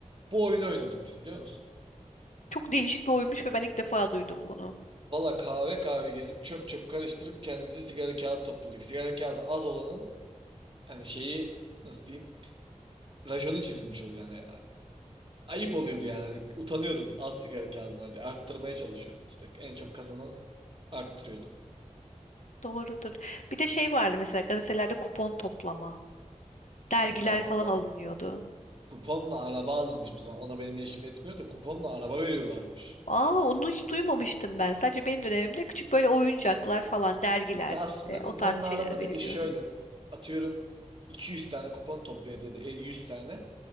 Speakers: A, on the right (about 45°); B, on the left (about 80°).
A: Bu oyunu oynadık biz biliyor musun?
B: Çok değişik bir oyunmuş ve ben ilk defa duydum bunu.
A: Valla kahve kahve gezip çöp çöp karıştırıp kendimize sigara kağıt topluyorduk. Sigara kağıdı az olanın hani şeyi nasıl diyeyim rajonu çizilmiş oluyor yani. Ayıp oluyordu yani. Hani utanıyordun az sigara kağıdın var diye. Arttırmaya çalışıyordun işte. En çok kazanan arttırıyordu.
B: Doğrudur. Bir de şey vardı mesela gazetelerde kupon toplama. Dergiler
A: Oo.
B: falan alınıyordu.
A: Kuponla araba alınmış bize. Ona benim yaşım yetmiyor da kuponla araba veriyorlarmış.
B: Aa onu hiç duymamıştım ben. Sadece benim dönemimde küçük böyle oyuncaklar falan dergiler
A: Ya
B: işte
A: aslında
B: o
A: kuponla
B: tarz şeyler
A: araba
B: veriliyordu.
A: dedi şöyle atıyorum 200 tane kupon topluyor dedi e, 100 tane.